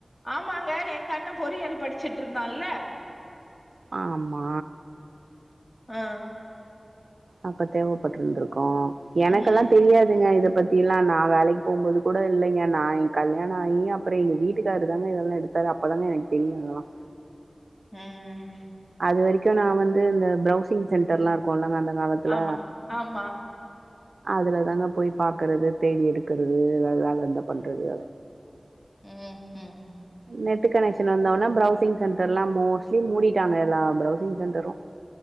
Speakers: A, on the left (about 25°); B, on the right (about 85°).
A: ஆமாங்க எங்க அண்னே பொறியல் படிச்சிட்டுருந்தான்ல
B: ஆமா
A: ஆ
B: அப்ப தேவப்பட்டுருந்துருக்கும் எனக்கெல்லாம்
A: ம்,
B: தெரியாது ங்க இதை பத்தி எல்லாம் நா வேலைக்கு போகும்போது கூட இல்லைங்க நா என் கல்யாணம் ஆகி அப்றம் எங்க வீட்டுக்காரரு தாங்க இதெல்லாம் எடுத்து அத அப்பதாங்க எனக்கு தெரியு இதல்லாம்
A: ம்
B: அது வரைக்கும் நா வந்து இந்த ப்ரௌசிங் சென்டர்லாம் இருக்கோம்ல அந்த காலத்துல
A: ஆமா, ஆமா
B: அதுலதாங்க போய் பாக்கறது தேடி எடுக்கறது ஏதாவது வேல இருந்தா பண்றது
A: ம், ம்.
B: நெ ட்டு கனெக்சன் வந்தவுனா பிரௌசிங் சென்டர் லாம் மோஸ்ட்லி மூடிட்டாங்க எல்லா பிரௌசிங் சென்டரும்